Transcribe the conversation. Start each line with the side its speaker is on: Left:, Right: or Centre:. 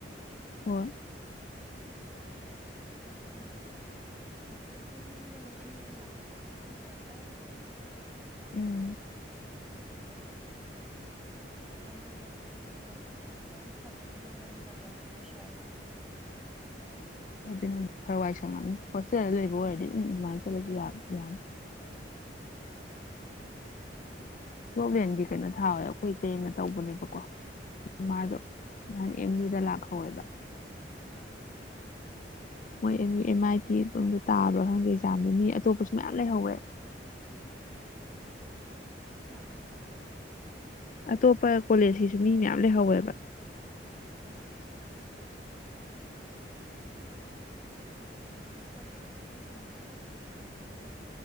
Left: ꯍ
Centre: ꯑꯗꯨ ꯄꯦꯟꯇꯣꯅꯤꯁꯤꯅꯕꯨ ꯑꯩꯅꯤꯗꯩ ꯂꯥꯛꯄꯁꯦ ꯈꯣꯡꯒꯥꯏ ꯈꯨꯗꯥꯥꯏ ꯌꯥꯝ ꯆꯥꯗꯦꯗꯅ
Left: ꯎꯝ
Centre: ꯑꯗꯣ ꯃꯤ ꯑꯗꯨꯝ ꯒꯥꯔꯤꯗꯣ ꯃꯌꯥꯝ ꯁꯥꯇ꯭ꯔ ꯄꯨꯟꯁꯤꯜꯂꯒ ꯔꯤꯖꯥꯞ ꯇꯧꯔꯒ ꯆꯠꯄꯁꯨ ꯌꯥꯎꯋꯦꯕ꯫
Left: ꯑꯗꯨꯅ ꯈꯔꯋꯥꯏ ꯁꯪꯉꯝꯅꯤ ꯍꯣꯁꯇꯦꯜꯗ ꯂꯩꯕ ꯑꯣꯏꯔꯗꯤ ꯑꯗꯨꯝ ꯑꯗꯨꯃꯥꯏꯅ ꯆꯠꯂꯁꯨ
Centre: ꯍꯣꯏ
Left: ꯌꯥꯅꯤ ꯄ꯭ꯔꯣꯕ꯭ꯂꯦꯝꯒꯤ ꯀꯩꯅꯣ ꯊꯥꯎꯋꯦ ꯑꯩꯈꯣꯏ ꯏꯇꯩꯅ ꯇꯧꯕꯅꯦꯕꯀꯣ ꯃꯥꯗꯣ
Centre: ꯎꯝ
Left: ꯅꯍꯥꯟ ꯑꯦꯝ ꯌꯨꯗ ꯂꯥꯛꯍꯧꯋꯦꯕ꯫
Centre: ꯑ
Left: ꯃꯣꯏ M U M I T ꯑꯗꯨꯝꯗꯣ ꯇꯥꯕ꯭ꯔꯥ ꯈꯪꯗꯦ ꯑꯦꯛꯖꯥꯝꯗ ꯃꯤ ꯑꯇꯣꯞꯄꯁꯨ ꯃꯌꯥꯝ ꯂꯩꯍꯧꯋꯦ꯫
Centre: 'unintelligible'
Left: ꯑꯇꯣꯞꯄ ꯀꯣꯂꯦꯖꯁꯤꯁꯨ ꯃꯤ ꯃꯌꯥꯝ ꯂꯩꯍꯧꯋꯦꯕ꯫
Centre: ꯑꯥ ꯑꯥ ꯑꯩꯈꯣꯏꯒꯤꯕꯨꯗꯤ ꯑꯩꯈꯣꯏ ꯁꯦꯃꯤꯁꯇꯔꯒꯤꯕꯨꯗꯤ ꯎꯆꯤꯟꯅꯥꯆꯤꯟꯅ ꯑꯗꯨꯝ